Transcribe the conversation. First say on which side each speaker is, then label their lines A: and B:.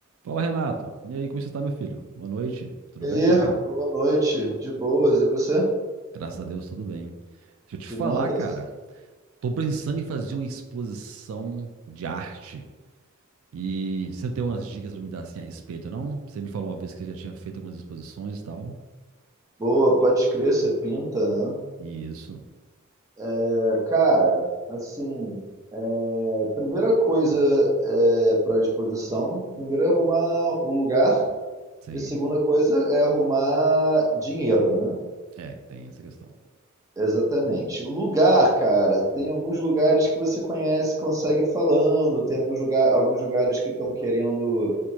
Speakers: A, on the right; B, on the right.
A: Fala, Renato. E aí, como você está, meu filho? Boa noite. Tudo
B: E
A: bem?
B: aí, boa noite, de boas, e você?
A: Graças a Deus, tudo bem. Deixa eu te
B: Que
A: falar,
B: mandas?
A: cara. Tô pensando em fazer uma exposição de arte. E você não tem umas dicas pra me dar assim a respeito, não? Você me falou uma vez que você já tinha feito algumas exposições e tal.
B: Boa, pode crer, você pinta, né?
A: E isso,
B: É, cara, assim, é, primeira coisa é para disposição, primeiro é arrumar o lugar,
A: sim.
B: e segunda coisa é arrumar dinheiro, né?
A: É, que tem essa questão.
B: Exatamente. Lugar, cara, tem alguns lugares que você conhece, consegue falando, tem alguns, lugar, alguns lugares que estão querendo